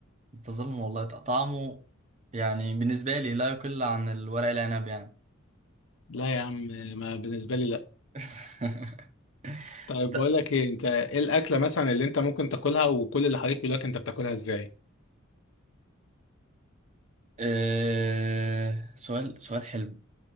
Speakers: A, on the right (about 35°); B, on the left (about 70°).
A: انت ظالم والله طعمه يعني بالنسبه لي لا يقل عن الورق العنب يعني
B: لا يا عم ما بالنسبه لي
A: <laughs>
B: طيب
A: ط-
B: بقول لك ايه انت ايه الاكله مثلا اللي انت ممكن تاكلها وكل اللي حواليك يقول لك انت بتاكلها ازاي
A: آه، سؤال سؤال حلو